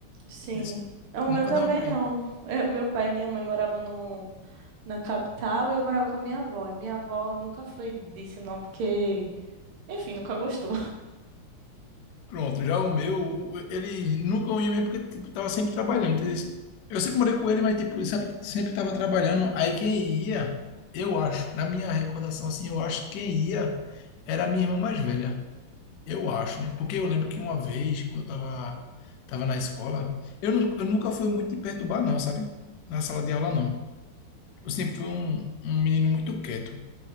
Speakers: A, on the right (about 75°); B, on the left (about 80°).
A: Sim.
B: Esse-
A: O meu
B: Nunca
A: também
B: davam para
A: não.
B: ir.
A: Eu- meu pai e minha mãe moravam no, na capital e eu morava com a minha avó. E minha avó nunca foi disso, não, porque, enfim, nunca gostou.
B: Pronto, já o meu, ele nunca ia mesmo porque tipo, tava sempre trabalhando. entendeu? Eu sempre morei com ele, mas tipo, ele sempre, sempre tava trabalhando. Aí quem ia, eu acho, na minha recordação assim, eu acho que quem ia era a minha irmã mais velha. Eu acho, né? Porque eu lembro que uma vez, quando eu tava, tava na escola, eu, nu- eu nunca fui muito de perturbar, não, sabe? Na sala de aula, não. Eu sempre fui um, um menino muito quieto.